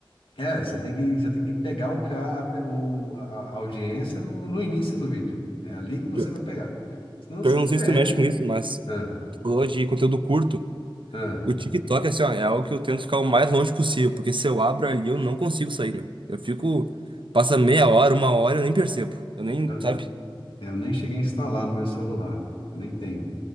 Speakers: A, on the left; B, on the right.
A: É, você tem que, você tem que pegar o, ca- a pe- o- a- a audiência no, no início do vídeo. É ali que você
B: Pior
A: vai
B: pior
A: pegar. Senão
B: que
A: você
B: eu não sei
A: perde.
B: se tu mexe com isso, mas tu
A: Ah,
B: falou de conteúdo curto.
A: ah,
B: O TikTok, assim, ó, é algo que eu tento ficar o mais longe possível, porque se eu abro ali, eu não consigo sair, meu. Eu fico. Passa meia hora, uma hora, eu nem percebo. Eu nem,
A: eu,
B: sabe?
A: eu nem cheguei a instalar no meu celular. Eu nem tenho.